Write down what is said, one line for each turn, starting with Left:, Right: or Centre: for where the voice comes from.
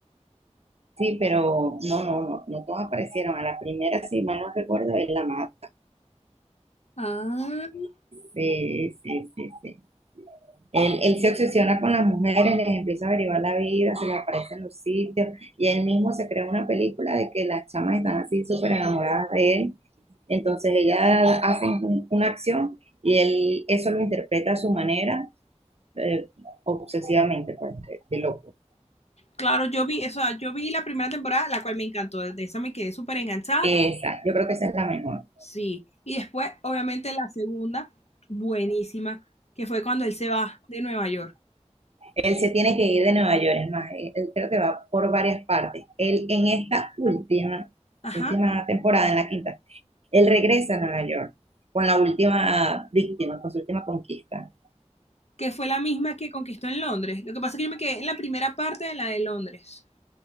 Right: Sí, pero no, no, no, no todas aparecieron. A la primera, si mal no recuerdo, es la más.
Left: Ah,
Right: Sí, sí, sí, sí. Él, él se obsesiona con las mujeres, les empieza a averiguar la vida, se les aparece en los sitios, y él mismo se crea una película de que las chamas están así súper enamoradas de él, Entonces ellas hacen una acción y él eso lo interpreta a su manera, eh, obsesivamente, pues, de, de loco.
Left: claro, yo vi, o sea, yo vi la primera temporada, la cual me encantó, de esa me quedé súper enganchada,
Right: Esa, yo creo que esa es la mejor.
Left: sí. Y después, obviamente, la segunda, buenísima, que fue cuando él se va de Nueva York.
Right: Él se tiene que ir de Nueva York, es más, él, él creo que va por varias partes. Él en esta última,
Left: Ajá.
Right: última temporada, en la quinta, él regresa a Nueva York con la última víctima, con su última conquista.
Left: que fue la misma que conquistó en Londres. Lo que pasa es que yo me quedé en la primera parte de la de Londres.